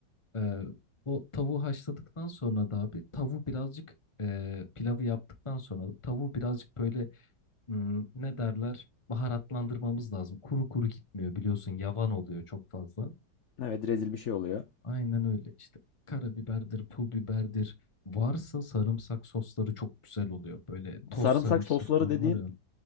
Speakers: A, on the left (about 20°); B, on the left (about 60°).
A: Ee, o tavuğu haşladıktan sonra da abi tavuğu birazcık e, pilavı yaptıktan sonra da tavuğu birazcık böyle hmm, ne derler baharatlandırmamız lazım. Kuru kuru gitmiyor biliyorsun yavan oluyor çok fazla.
B: Evet rezil bir şey oluyor.
A: Aynen öyle işte karabiberdir, pul biberdir. Varsa sarımsak sosları çok güzel oluyor. Böyle toz
B: Sarımsak
A: sarımsaklar
B: sosları dediğin
A: var ya.